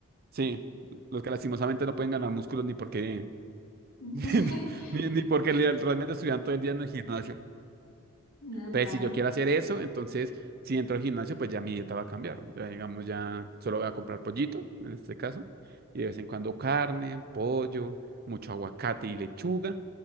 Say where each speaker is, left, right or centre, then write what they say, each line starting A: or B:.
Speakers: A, on the right; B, on the left.
A: Sí, los que lastimosamente no pueden ganar músculos ni porque,
B: <laughs>
A: <laughs> ni, ni porque li- realmente estuvieran todo el día en el gimnasio.
B: En
A: Entonces,
B: plan.
A: si yo quiero hacer eso, entonces si entro al gimnasio, pues ya mi dieta va a cambiar. Ya, digamos, ya solo voy a comprar pollito, en este caso, y de vez en cuando carne, pollo, mucho aguacate y lechuga,